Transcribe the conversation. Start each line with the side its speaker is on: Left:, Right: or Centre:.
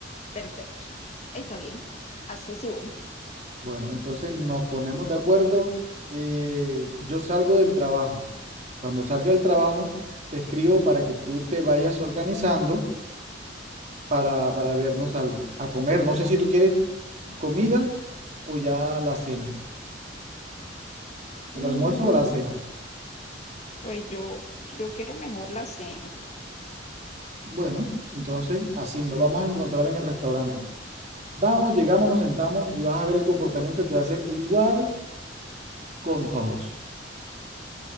Left: perfecto. Está bien. Así sí voy.
Right: Bueno, entonces nos ponemos de acuerdo. eh, yo salgo del trabajo. Cuando salga del trabajo, te escribo para que tú te vayas organizando para, para vernos al- a comer. No sé si tú quieres comida o ya la cena, el
Left: Mm,
Right: almuerzo o la cena.
Left: pues yo, yo quiero mejor la cena.
Right: Bueno, entonces así nos vamos a encontrar en el restaurante. Vamos, llegamos, nos sentamos y vas a ver el comportamiento que va a ser igual con todos.